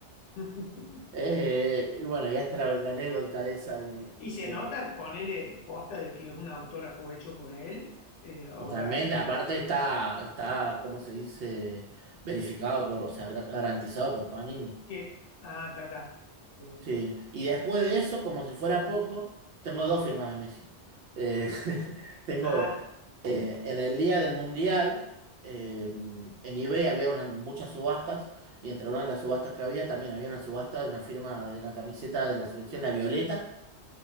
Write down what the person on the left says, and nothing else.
<laughs>
Y se
nota, ponele posta de que es un autógrafo hecho por él, eh, o
vos decís
que, ah, ta, ta. Y bueno,
ah,